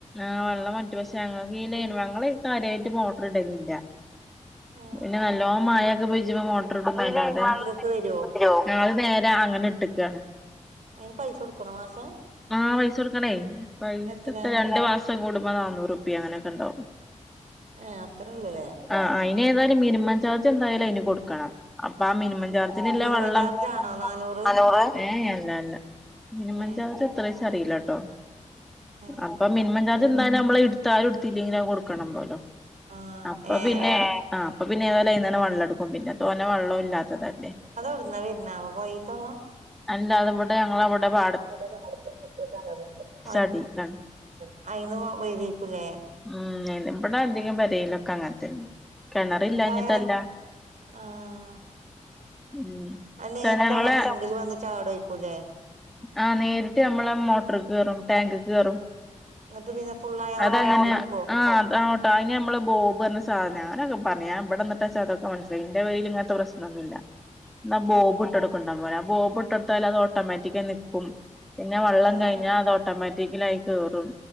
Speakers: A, in the centre; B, on the right.
A: ആഹ് വെള്ളം വറ്റും. പക്ഷേ ഞങ്ങൾക്ക് ഈ ലൈൻവെള്ളം ഞങ്ങള് കാര്യായിട്ട് മോട്ടർ ഇടലില്ല.
B: ഏ
A: പിന്നെ നല്ലോണം മയൊക്കെ പെജ്ജ്മ്പോ മോട്ടർ ഇടുംന്നല്ലാതെ
B: പ്പോ വര്വോ
A: യ്യോ ഞങ്ങള് നേരെ അങ്ങനെ ഇട്ട്ക്കാണ്
B: അയിന് പൈസ കൊടുക്കണോ മാസം
A: ആ പൈസൊടുക്കണേ. പൈസ
B: എത്ര
A: പ്പ രണ്ടു മാസം പ്പ കൂടുമ്പോ നാന്നൂറുപ്പിയ അങ്ങനൊക്കെണ്ടാവും
B: ഏഹ് അത്രേ ഉള്ളുല്ലേ
A: ആഹ് അയിന് ഏതായാലും മിനിമം ചാർജ് എന്തായാലും അയിന് കൊടുക്കണം. അപ്പ ആ മിനിമം ത്തിന്ള്ള
B: ഈ മിനിമം
A: വെള്ളം
B: ചാർജ്
A: <unintelligible>
B: ആണോ നാനൂറ്
A: അലോ ഏഹ് അല്ല അല്ല. മിനിമം
B: ഏ
A: ചാർജ് എത്രേ ച്ച് അറിയില്ലാട്ടോ
B: ഏ
A: അപ്പോ മിനിമം ചാർജ്
B: ഉം
A: എന്തായാലും അമ്മള് എടുത്താലും എടുത്തില്ലെങ്കിലും അത് കൊടുക്കണം പോലോ
B: ആഹ്
A: അപ്പ
B: ഏഹ്
A: പിന്നെ അപ്പ പിന്നെ ഏതായാലും അയ്ന്നന്നേ വെള്ളം എടുക്കും. പിന്നെ തോനെ വെള്ളോം ഇല്ലാത്തതല്ലേ?
B: അതെവിടുന്നാ വെരുന്നാവോ? പൊയീത്തെ വെള്ളാ?
A: അല്ല അത് ഇവടെ ഞങ്ങളവടെ പാ
B: <unintelligible>
A: അടീക്കാണ്
B: അയിന്ന് വരേക്കൂല്ലേ?
A: ഉം. ഇബടെ അധികം പെരേലൊക്കെ അങ്ങനത്തന്നെ. കിണറില്ലാഞ്ഞിട്ടല്ല.
B: ഡയറക്ട് ആഹ്
A: ഉം പക്ഷെ
B: അത് നേരിട്ട്
A: ഞങ്ങളെ
B: അങ്ങോട്ട് ട്ടാങ്കില് വന്ന് ചാടേയ്ക്കൂല്ലേ?
A: ആഹ് നേരിട്ട് ഞമ്മളെ മോട്ടർക്ക് കേറും ടാങ്ക്ക്ക് കേറും
B: എന്നിട്ട് പിന്നെ ഫുള്ളായ
A: അതങ്ങനെയ
B: ഓട്ടോമാറ്റിക് നിക്കുവോ
A: ആഹ് ദാ ഓ ട്ട അയിന് നമ്മള് ബോബ് പറഞ്ഞ സാന ഞാനൊക്കെ പറഞ്ഞ ഞാൻ ഇബ്ടെന്നട്ട് സാക്കെ മനസിലായിന്റെ വയി ഇങ്ങനത്തെ പ്രശ് നൊന്നുല്ല എന്നാ ബോബ്
B: ഏഹ്
A: ഇട്ട് എടുക്കണ്ടാൻ പോലെ ആ ബോബ് ഇട്ടെടുത്തൽ അത് ഓട്ടോമാറ്റിക്ക്‌ ആയി നിക്കും പിന്നെ വെള്ളം
B: ഏഹ്
A: കഴിഞ്ഞാ അത് ഓട്ടോമാറ്റിക്കില് അയില് കേറും.